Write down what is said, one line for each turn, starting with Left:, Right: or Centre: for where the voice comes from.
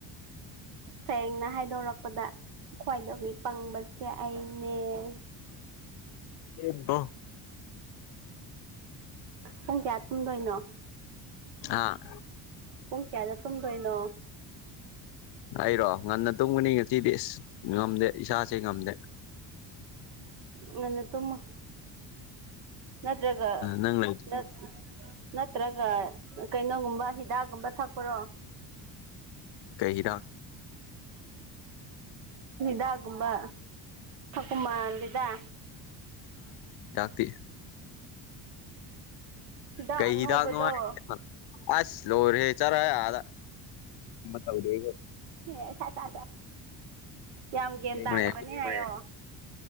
Right: ꯁꯦꯡꯅ ꯍꯥꯏꯗꯣꯔꯛꯄꯗ ꯈ꯭ꯋꯥꯏꯗꯒꯤ ꯄꯪꯕꯁꯦ ꯑꯩꯅꯦ ꯎꯝ
Left: ꯑꯦꯗꯣ
Right: ꯄꯨꯡ ꯀꯌꯥ ꯇꯨꯡꯗꯣꯏꯅꯣ
Left: ꯑ
Right: ꯄꯨꯡ ꯀꯌꯥꯗ ꯇꯗꯣꯏꯩꯅꯣ
Left: ꯑꯩꯔꯣ ꯉꯟꯅ ꯇꯨꯝꯒꯅꯤ ꯉꯁꯤꯤꯗꯤ ꯏꯁ ꯉꯝꯗꯦ ꯏꯁꯥꯁꯦ ꯉꯝꯗꯦ
Right: ꯉꯟꯅ ꯇꯨꯝꯃꯣ ꯅꯠꯇ꯭ꯔꯒ
Left: ꯅꯪ ꯂꯩ
Right: ꯅ ꯅꯠꯇ꯭ꯔꯒ ꯀꯩꯅꯣꯒꯨꯝꯕ ꯍꯤꯗꯥꯛꯒꯨꯝꯕ ꯊꯛꯄ꯭ꯔꯣ
Left: ꯀꯩꯍꯤꯗꯥꯛ
Right: ꯗꯥꯒꯨꯝꯕ ꯎꯃ ꯂꯤꯗ
Left: ꯄꯦ
Right: ꯍꯤꯗꯥꯛ
Left: ꯀꯩ
Right: ꯑꯉꯧꯕꯗꯣ
Left: ꯍꯤꯗꯥꯛꯅꯣꯉꯥꯏ ꯑꯁ ꯂꯣꯢꯔꯦꯍꯦ ꯆꯠꯔꯍꯦ ꯑꯗ ꯇꯧꯗꯦ
Right: ꯑꯦ ꯇ ꯇ ꯀꯌꯥꯝ ꯒ꯭ꯌꯥꯟ
Left: ꯑꯁꯦꯡꯕꯅꯦ
Right: ꯇꯥꯖꯔꯕꯅꯦ ꯍꯥꯏꯌꯥ